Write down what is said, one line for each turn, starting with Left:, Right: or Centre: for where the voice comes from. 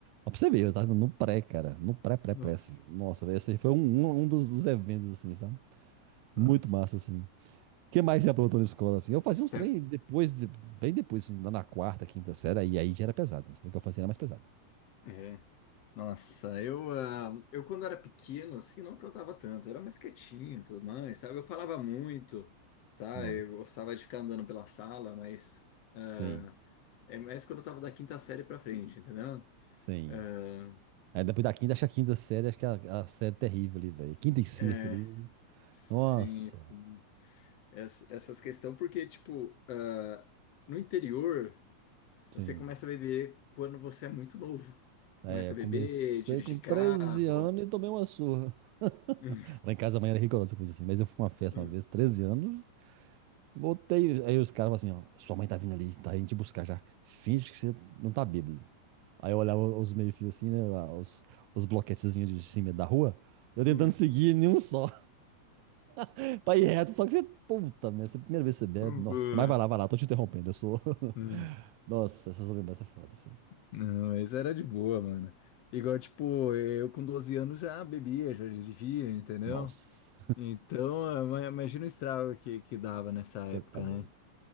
Right: Ó, pra você ver, eu tava no pré, cara. No pré, pré,
Left: nossa,
Right: pré, assim. Nossa, velho, esse aí foi um, um, um dos, dos eventos, assim, sabe?
Left: nossa.
Right: Muito massa, assim. O que mais você aprontou na escola, assim? Eu fazia
Left: Se-
Right: uns trem depois, bem depois, assim, lá na quarta, quinta série, e aí já era pesado. Os trem que eu fazia era mais pesado.
Left: é, nossa, eu, ah, eu quando era pequeno, assim, não aprontava tanto, eu era mais quietinho e tudo mais, sabe? Eu falava muito, sabe?
Right: Nossa.
Left: Eu gostava de ficar andando pela sala, mas ah,
Right: Sim,
Left: é mais quando eu tava da quinta série pra frente, entendeu?
Right: sim.
Left: Ah,
Right: Aí depois da quinta, acho que a quinta série, acho que é a, a série terrível ali, velho. Quinta e sexta
Left: é,
Right: ali.
Left: é, sim,
Right: Nossa,
Left: sim. Ess- Essas questões, porque, tipo, ah, no interior.
Right: sim.
Left: Você começa a beber quando você é muito novo. Começa
Right: É, eu
Left: a
Right: comecei
Left: beber, dirigir
Right: com 13
Left: carro.
Right: anos e tomei uma surra. <laughs>
Left: Hum,
Right: Lá em casa a mãe era rigorosa com isso assim, mas eu fui pra uma festa
Left: hum,
Right: uma vez, 13 anos, Voltei. Aí os caras falaram assim, ó, sua mãe tá vindo ali, tá indo te buscar já. Finge que você não tá bêbado. Aí eu olhava os meio-fios assim, né? lá, Os, os bloquetezinhos de cima da rua. Eu
Left: hum,
Right: tentando seguir nenhum só. <laughs> Pra ir reto, só que você. Puta merda, essa é a primeira vez que você bebe.
Left: Boa.
Right: Nossa, mas vai lá, vai lá, tô te interrompendo. Eu sou.
Left: Hum.
Right: <laughs> Nossa, essas lembranças é foda, assim.
Left: Não, mas era de boa, mano. Igual, tipo, eu com 12 anos já bebia, já dirigia, entendeu?
Right: Nossa,
Left: Então, eh, imagina o estrago que, que dava nessa
Right: você
Left: época,
Right: tá doido.
Left: né?